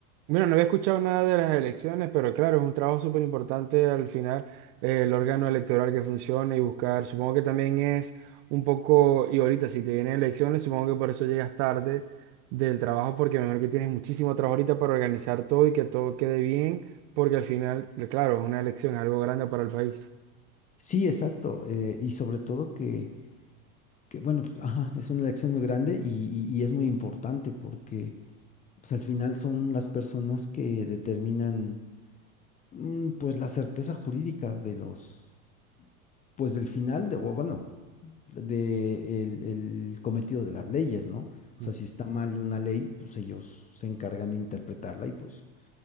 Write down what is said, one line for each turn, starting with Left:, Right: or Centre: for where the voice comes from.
Right: Bueno, no había escuchado nada de las elecciones, pero claro, es un trabajo súper importante al final eh, el órgano electoral que funcione y buscar. Supongo que también es un poco, y ahorita si te vienen elecciones, supongo que por eso llegas tarde del trabajo, porque me imagino que tienes muchísimo trabajo ahorita para organizar todo y que todo quede bien, porque al final, claro, es una elección, es algo grande para el país.
Left: Sí, exacto, eh, y sobre todo que, que bueno, pues, ajá, es una elección muy grande y, y- y es muy importante porque pues, al final son las personas que determinan mm, pues la certeza jurídica de los, pues del final, de, o bueno, de el, el cometido de las leyes, ¿no?
Right: Ujú.
Left: O sea, si está mal una ley, pues ellos se encargan de interpretarla y pues,